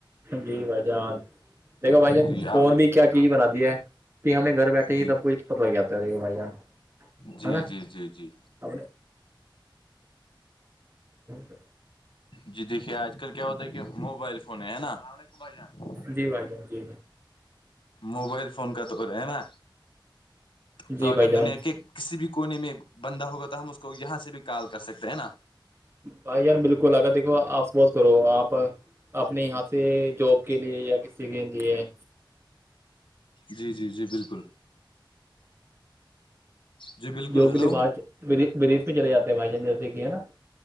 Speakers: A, on the right; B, on the left.
A: جی بھائی جان دیکھو بھائی جان
B: جی آپ
A: فون بھی کیا چیز بناتی ہے پ ہمیں گھر بیٹھے ہی
B: جی
A: سب کچھ پت لگ جاتا ہےے بھائی جان
B: جی
A: ہے نا
B: جی جی جی
A: ا <inaudible>
B: جی دیکھیے آج کل کیا ہوتا ہے کہ موبائل فون ہے نا بالکل بھائی جان
A: جی بھائی جان جی
B: موبائل فون کا دور ہے نا
A: جی
B: تو اگر
A: بھائی جان
B: دنیا کے کسی بھی کونے میں بندہ ہوگا تو ہم اس کو یہاں سے بھی کال کر سکتے ہیں نا
A: بھائی یار بالکل آگ دیکھو آپ سپوز کرو آپ اپنے یہاں سے جاب کے لیے یا کسی کے لیے
B: جی جی جی بالکل جی بالکل
A: جو کے
B: ہلو
A: لیے باہر ودی میں چلے جاتے ہیں بھائی جان جیسے کہ ہے نا